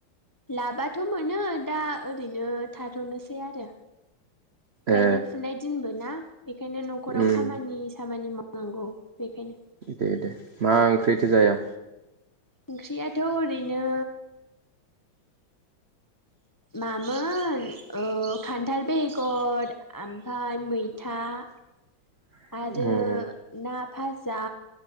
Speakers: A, on the left; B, on the right.
A: लाबथ' मोनो दा ओरैनो थाथ'नोसै आरो
B: ए
A: गायनाय फुनाय दिनबो ना बेखायनो न'खराव
B: उम
A: खामानि खामानि माव नांगौ बेखायनो।
B: दे दे मा ओंख्रिथो जाया?
A: ओंख्रियाथ' ओरैनो मामोन ओ खान्थाल बेगर ओमफ्राय मैथा। दा।
B: <unintelligible>
A: आरो
B: उम
A: ना फाजा